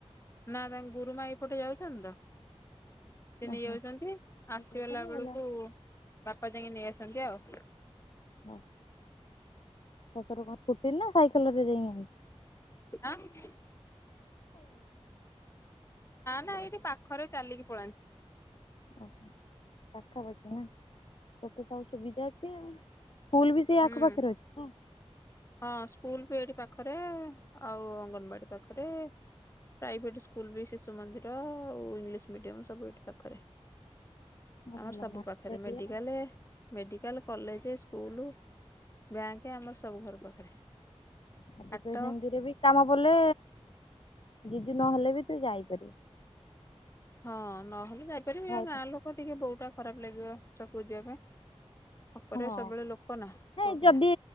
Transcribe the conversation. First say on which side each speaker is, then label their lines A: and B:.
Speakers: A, on the left; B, on the left.
A: ନା ତାଙ୍କ ଗୁରୁମା ଏପଟେ ଯାଉଛନ୍ତି ତ। ସେ
B: ଓହୋ
A: ନେଇ ଯାଉଛନ୍ତି
B: ନେଇକି
A: ଆସିଗଲା
B: ଯାଉଛନ୍ତି
A: ବେଳକୁ
B: ଆଇଲା
A: ବାପା ଯାଇକି ନେଇ ଆସନ୍ତି ଆଉ।
B: ହଁ ଶଶୁର କଣ ସ୍କୁଟିରେ ନା ସାଇକେଲରେ ଯାଇ ଆ
A: ଆ। ନା ନା ଏଇଠି ପାଖରେ ଚାଲିକି ପଳାନ୍ତି।
B: ଓହୋ ପାଖାପାଖି ନା ସେତେ ସବୁ ସୁବିଧା ଅଛି। ସ୍କୁଲ୍ ବି ସେଇ
A: ହୁଁ
B: ଆଖପାଖରେ ଅଛି।
A: ହଁ ସ୍କୁଲ ବି ଏଠି ପାଖରେ ଆଉ ଅଙ୍ଗନବାଡି ପାଖରେ। ପ୍ରାଇଭେଟ ସ୍କୁଲ ବି ଶିଶୁ ମନ୍ଦିର ଆଉ ଇଂଲିଶ ମିଡିମ ସବୁ ଏଠି ପାଖରେ।
B: ନା
A: ଆ
B: ଭଲ
A: ସବୁ
B: ମାର୍କ
A: ପାଖରେ medical
B: ଇଏ ଆଉ
A: medical college school bank ଆମର ସବୁ ଘର ପାଖରେ।
B: ଆଉ ତୁ
A: ହାଟ
B: ତୁ ସେମିତିରେ ବି କାମ ପଲେ ଜିଜୁ ନହେଲେ ବି ତୁ ଯାଇପାରିବୁ।
A: ହଁ ନହେଲେ ଯାଇପାରିବି
B: ଭାଇ
A: ଗାଁ ଲୋକ ଟିକେ ବୋଉ ଟା ଖରାପ ଲାଗିବ ଛକକୁ ଯିବା ପାଇଁ। ଛକରେ
B: ହଁ
A: ସବୁବେଳେ ଲୋକ ନା ପୁଅ ପିଲା
B: ଯଦି